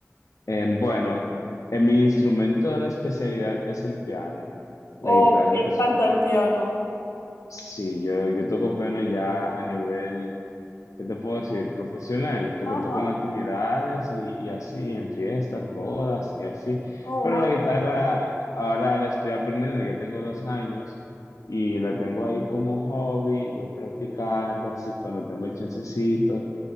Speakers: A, on the left; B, on the left.
A: Eh, bueno, en mi instrumento de especialidad es el piano. La
B: ¿O
A: guitarra
B: me encanta
A: es,
B: el piano?
A: sí, yo, yo toco piano ya a nivel ¿Qué te puedo decir? Profesional, porque
B: Ajá.
A: toco en actividades y, y así, en fiestas, bodas y así.
B: Oh,
A: Pero
B: wow.
A: la guitarra ahora la estoy aprendiendo, ya tengo dos años y la tengo ahí como hobby, voy practicando así cuando tengo el chancecito